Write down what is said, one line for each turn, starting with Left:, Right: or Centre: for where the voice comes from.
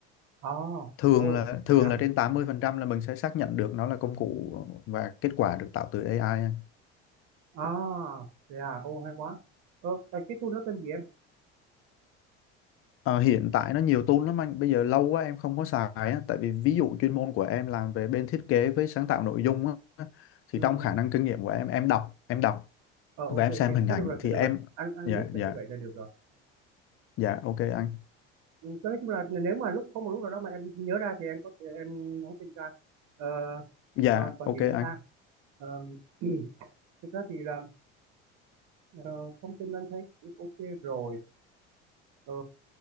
Right: à
Left: thường
Right: ồ
Left: là thường
Right: vậy à
Left: là trên 80% là mình sẽ xác nhận được nó là công cụ và kết quả được tạo từ AI
Right: à vậy à ồ hay quá ờ, ờ, cái tool nó tên gì em
Left: Ờ, hiện tại nó nhiều tool lắm anh, bây giờ lâu quá em không có xài á, tại vì ví dụ chuyên môn của em làm về bên thiết kế với sáng tạo nội dung á, thì
Right: ừ
Left: trong khả năng kinh nghiệm của em em đọc, em đọc
Right: ờ ok
Left: và em xem
Right: ok
Left: hình
Right: thôi
Left: ảnh
Right: được rồi
Left: thì
Right: thôi được
Left: em
Right: rồi anh anh
Left: dạ
Right: biết là
Left: dạ
Right: như vậy là được rồi
Left: dạ ok anh.
Right: ừ, nói chung là nếu mà lúc có một lúc nào đó mà em nhớ ra thì em có thể em nhắn tin cho anh ờ,
Left: Dạ
Right: ờ, còn
Left: ok
Right: gì nữa
Left: anh.
Right: ta Ờ, <clears throat> thực ra thì là ờ, thông tin anh thấy cũng ok rồi Ờ,